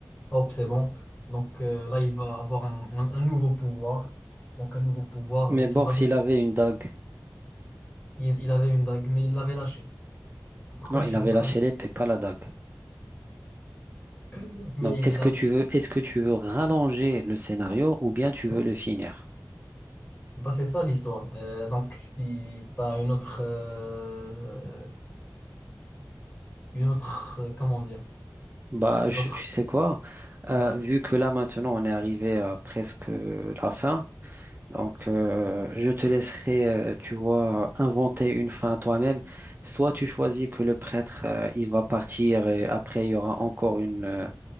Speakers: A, on the left; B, on the right.
A: Hop, c'est bon. Donc euh, là, il va avoir un, un- un nouveau pouvoir. Donc un nouveau pouvoir.
B: Mais
A: Donc
B: bon,
A: il va...
B: s'il
A: se-
B: avait une dague.
A: Il, il avait une dague, mais il l'avait lâchée. Pourquoi
B: Non,
A: je
B: il
A: suis
B: avait
A: en train
B: lâché
A: de...
B: l'épée, pas la dague.
A: <laughs> Mais
B: Donc,
A: il
B: est-ce
A: l'a
B: que tu
A: fait.
B: veux, est-ce que tu veux rallonger le scénario ou bien tu
A: Non.
B: veux le finir?
A: Bah, c'est ça l'histoire. Euh, donc, si tu as une autre... euh, Une autre... euh, Comment dire?
B: Bah,
A: Une
B: je-
A: autre...
B: tu sais quoi? Euh,
A: ouais.
B: vu que là maintenant on est arrivé à presque la fin, Donc, euh, je te laisserai, euh, tu vois, inventer une fin à toi-même. Soit tu choisis que le prêtre, euh, il va partir et après, il y aura encore une, euh,